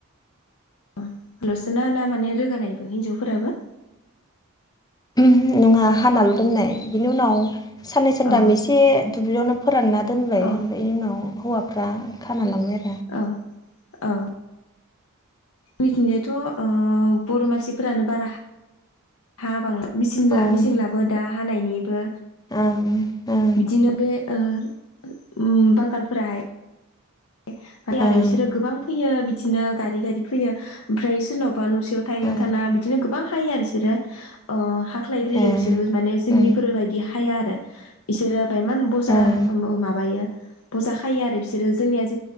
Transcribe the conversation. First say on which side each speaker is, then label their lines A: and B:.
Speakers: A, on the left; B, on the left.
A: अ लोसोना ना माने रोगानाय बो हिनजावफोराबो
B: उमहो नङा हानाल' दोननाय बिनि उनाव साननै सानथाम
A: औ
B: एसे दुब्लियावनो फोरानना दोनबाय
A: औ
B: ओमफ्राय इनि उनाव हौवाफ्रा खाना लांबाय आरो
A: अ औ नैथिंजायथ' ओ ओ बर' मानसिफोरानो बारा हा बांला मेसिन
B: अ
A: ला
B: ओं
A: मेसिं लाबो दा हानायनिबो
B: ओं ओं
A: बिदिनो बे ओ उम बांगालफोराहाय <unintelligible>
B: ओं
A: आरोबिसोरो गोबां फैयो बि दिनो गारि गारि फैयो। ओमफ्राय सोरनावबा न'सेयाव थायो
B: औ
A: थाना बिदिनो गो बां हायो आरो बिसोरो ओ हाख्लायग्रोयो
B: ए
A: बिसोरबो माने जोंनिफोरबायदि
B: ओं
A: हाया आरो इसोरो ओमफाय मान बजा
B: ओं
A: ओ ओ माबायो बजा हायो आरो बिसोरो जोंनिया